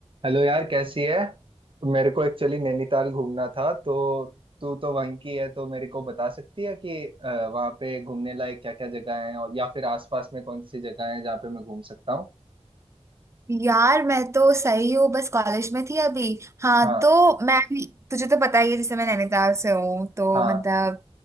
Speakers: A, on the right; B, on the right.
A: Hello यार कैसी है मेरे को एक्चुअली नैनीताल घूमना था तो तू तो वहीं की है तो मेरे को बता सकती है कि अ, वहाँ पे घूमने लायक क्या क्या जगह है और या फिर आसपास में कौन सी जगह है जहाँ पे मैं घूम सकता हूँ
B: यार मैं तो सही हूँ बस कॉलेज में थी अभी हाँ
A: हाँ
B: तो मैं भी तुझे तो पता ही है जैसे मैं नैनीताल से हूँ तो
A: हाँ
B: मतलब